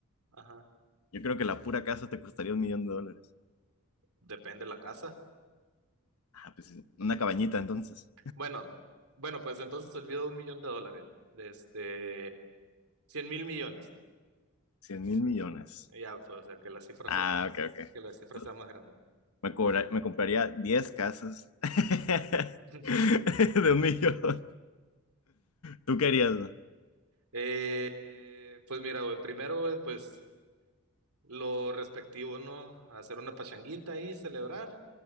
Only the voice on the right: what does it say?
Ajá.
Depende de la casa.
Bueno, bueno, pues entonces olvido un millón de dólares. De este. Cien mil millones.
Ya, pues, o sea, que las cifras
son,
que la cifra
sea más grande.
<laughs>
Eh, pues mira, güey, primero, güey, pues lo respectivo, ¿no? Hacer una pachanguita ahí, celebrar,